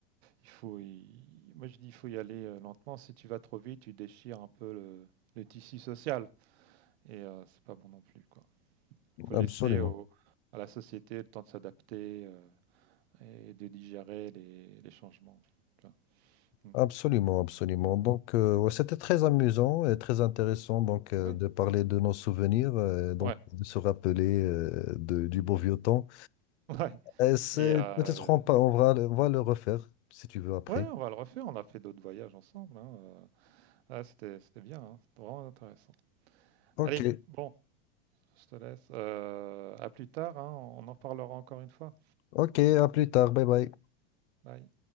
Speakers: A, on the right; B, on the left.
A: il faut y- moi je dis, il faut y aller euh, lentement. Si tu vas trop vite, tu déchires un peu le, le tissu social. Et euh, c'est pas bon non plus, quoi. Faut laisser
B: absolument,
A: au- à la société le temps de s'adapter euh, et de digérer les, les changements. Tu vois. Mm.
B: absolument, absolument. Donc euh, ouais, c'était très amusant et très intéressant donc euh,
A: Ouais,
B: de parler de nos souvenirs, euh, donc
A: ouais,
B: de se rappeler euh, de- du
A: Mhm.
B: beau vieux temps.
A: <laughs> ouais.
B: Et c'est
A: Et euh,
B: peut-être on, pa- on va, on va le refaire si tu veux après.
A: Ouais, on va le refaire. On a fait d'autres voyages ensemble. hein, euh. Ah, c'était, c'était bien. hein, C'était vraiment intéressant.
B: Ok.
A: Allez, bon, je te laisse. euh, à plus tard. hein, On en parlera encore une fois.
B: Ok, à plus tard, bye bye.
A: Ok. Bye.